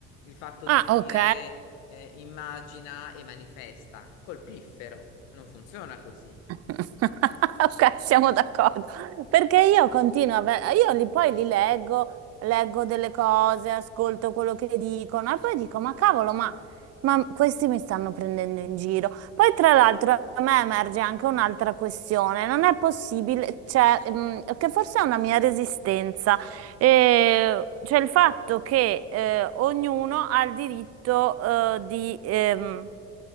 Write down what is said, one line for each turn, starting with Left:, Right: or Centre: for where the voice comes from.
Left: il fatto
Right: ah,
Left: di dire
Right: ok.
Left: eh, immagina e manifesta col piffero, non funziona così.
Right: <laughs> Ok, siamo d'accordo. Perché io continuo a... ve- Io li, poi li leggo, leggo delle cose, ascolto quello che dicono e poi dico, ma cavolo, ma, ma questi mi stanno prendendo in giro. Poi tra l'altro a me emerge anche un'altra questione. Non è possibile, cioè, mm, che forse è una mia resistenza. Eh, cioè il fatto che eh, ognuno ha il diritto eh, di, ehm,